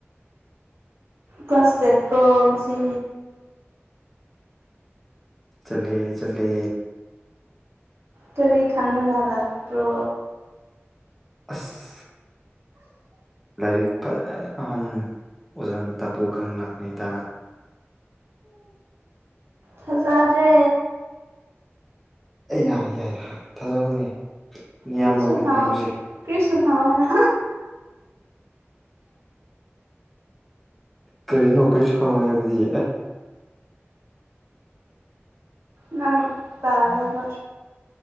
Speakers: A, on the right (about 65°); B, in the centre.
A: ꯀ꯭ꯂꯥꯁ ꯇꯦꯠꯄ ꯉꯁꯤ
B: ꯆꯜꯦ ꯆꯜꯦ
A: ꯀꯔꯤ ꯈꯪꯅꯖꯍꯜꯂꯛꯄ꯭ꯔꯣ
B: ꯑꯁ ꯂꯥꯏꯔꯤꯛ ꯐꯌꯥꯝ ꯑꯣꯖꯥꯟ ꯇꯥꯛꯄꯤꯌꯣ ꯈꯪ ꯂꯥꯛꯄꯅꯤꯗ
A: ꯐꯖꯗ꯭ꯔꯦ
B: ꯑꯩ ꯌꯥꯔꯦ ꯌꯥꯏꯌꯦꯦ ꯌꯥ ꯊꯥꯖꯕꯅꯦ ꯅꯌꯥꯝꯕ
A: ꯀꯁꯨ
B: ꯑꯩꯈꯣꯏꯅ
A: ꯈ
B: ꯍꯥꯏꯕꯁꯦ
A: ꯀꯁꯨꯁꯨ ꯈꯥꯎꯅ
B: ꯀꯔꯤꯅꯣ ꯀꯩꯁꯨ ꯈꯪꯉꯣꯏ ꯍꯥꯏꯕꯗꯤ ꯑꯦ
A: ꯅꯪ ꯇꯥꯔꯒ